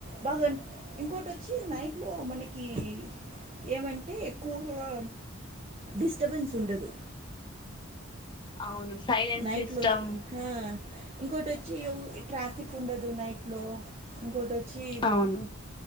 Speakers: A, on the right; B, on the left.
A: బాగా ఇంకోటి వచ్చి నైట్లో మనకి ఏమంటే ఎక్కువగా డిస్టబెన్స్ ఉండదు
B: అవును సైలెంట్
A: నైట్లో
B: సిస్టమ్
A: ఆ ఇంకోటి వచ్చి ట్రాఫిక్ ఉండదు నైట్లో ఇంకోటి వచ్చి
B: అవును